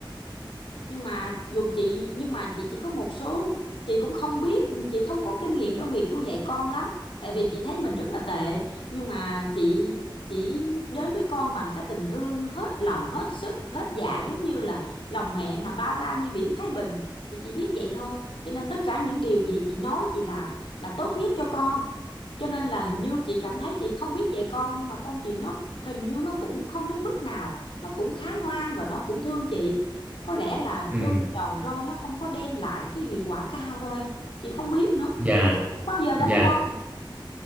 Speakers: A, on the left; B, on the right.
A: nhưng mà dù chị nhưng mà chị chỉ có một số chị cũng không biết chị không có kinh nghiệm trong việc nuôi dạy con lắm tại vì chị thấy mình rất là tệ nhưng mà chị chỉ đến với con bằng cái tình thương hết lòng hết sức hết dạ giống như là lòng mẹ mà bao la như biển Thái Bình chị chỉ biết vậy thôi cho nên tất cả những điều gì chị nói chị làm là tốt nhất cho con cho nên là hình như chị cảm thấy chị không biết dạy con nhưng mà con chị nó hình như nó cũng không đến mức nào nó cũng khá ngoan và nó cũng thương chị có lẽ là
B: ừ.
A: đôi khi đòn roi nó không có đem lại cái hiệu quả cao đâu em chị không biết nữa
B: dạ
A: không bao giờ đánh
B: dạ
A: con